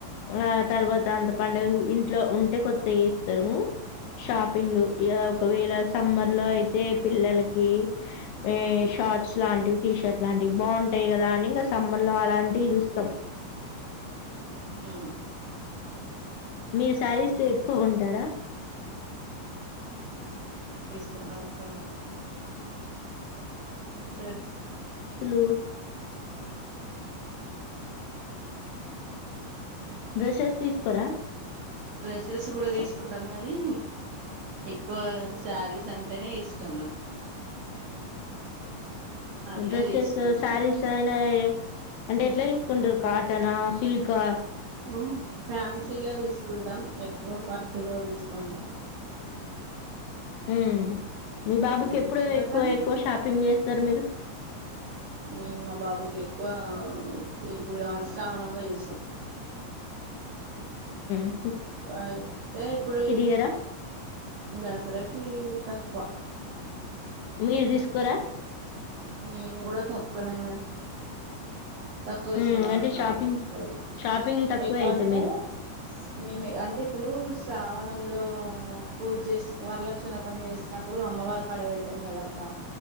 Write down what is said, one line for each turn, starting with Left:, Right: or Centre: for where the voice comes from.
Left: ఆ తర్వాత అంత పండగు ఇంట్లో ఉంటే కొత్తయి ఏస్తారుము షాపింగ్ ఇగ ఒకవేళ సమ్మర్ లో అయితే పిల్లలకి ఏ షార్ట్స్ లాంటివి, టీ షర్ట్ లాంటివి బావుంటాయి కదా అని ఇంకా సమ్మర్ లో అలాంటివి చూస్తాం.
Right: ఆ
Left: మీరు సారీస్ ఎక్కువ కొంటారా?
Right: కొంటాం అక్క మేం డ్రెస్
Left: లు డ్రెషెస్ తీసుకోరా?
Right: డ్రెస్సెస్ కూడా తీసుకుంటాం గానీ ఎక్కువ శారీస్ అంటేనే ఇ ష్టం నా అట్లా
Left: ఉ డ్రెస్సెస్
Right: తీసుకునే
Left: శారీస్ అయినా అంటే ఎట్లా తీసుకుంటారు కాటనా సిల్కా
Right: ఉహు ఫాన్సీలో తీసుకుంటాం ఎక్కువ పట్టులో తీస్ కొందాం
Left: ఉ మీ బాబుకి
Right: తీసుకుంటాం
Left: ఎప్పుడు ఎక్కువ
Right: కానీ
Left: ఎక్కువ షాపింగ్ చేస్తరు మీరు
Right: మే మా బాబుకి ఎక్కువ ఇప్పుడు స్వనంలో ఎస్తం
Left: ఉ
Right: అయితే ఇప్పుడు
Left: దియరా?
Right: దసరాకి తక్కువ
Left: మీర్ దిస్కోరా
Right: మేము గూడ తక్కువనే మేడ తక్కువ తీసుకుంటాం
Left: హ్మ్. అంటే
Right: అక్క
Left: షాపింగ్
Right: ఎక్కువ
Left: షాపింగ్ తక్కువే
Right: ఎక్
Left: అయితే
Right: అంటే
Left: మీరు.
Right: మేము అంటే ఇప్పుడు శ్రావణంలో పూజ చేసి వరలక్ష్మివ్రతం చేసినప్పుడు అమ్మవారి కాడ పెడతాం కదాక్క